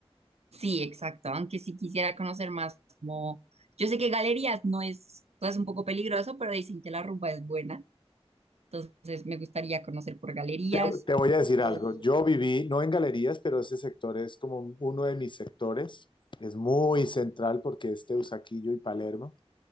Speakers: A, on the right; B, on the left.
A: sí, exacto, aunque sí quisiera conocer más como, yo sé que galerías no es, o sea, es un poco peligroso, pero dicen que la rumba es buena, entonces me gustaría conocer por galerías
B: Te, te voy a decir
A: o...
B: algo, yo viví, no en galerías, pero ese sector es como uno de mis sectores, es muy central porque es Teusaquillo y Palermo.